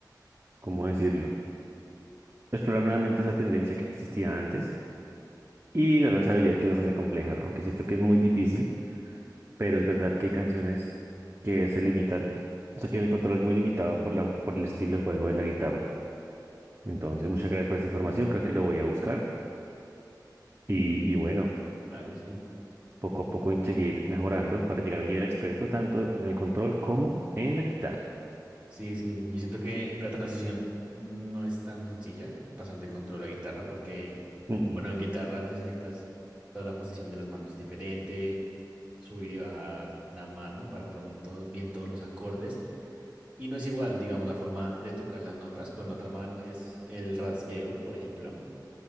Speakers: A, on the right; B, on the right.
A: ¿cómo decirlo? Explorar nuevamente esa tendencia que existía antes Y gran habilidad que es bastante compleja, ¿no? aunque siento que es muy difícil, pero es verdad que hay canciones que se limitan, o sea que el control es muy limitado por la, por el estilo de juego de la guitarra. Entonces, muchas gracias por esta información, creo que lo voy a buscar y, y bueno,
B: ¿vale? Sí,
A: poco a poco en seguir mejorando para llegar al nivel experto tanto en el control como en la guitarra.
B: sí, sí. Yo siento que la transición no es tan sencilla, pasar de control a guitarra, porque,
A: Mm, mm.
B: bueno, en guitarra necesitas toda la posición de las manos diferente, subir y bajar la mano para poner todo, bien todos los acordes. Y no es igual, digamos, la forma de tocar las notas con la otra mano es el rasgueo, por ejemplo.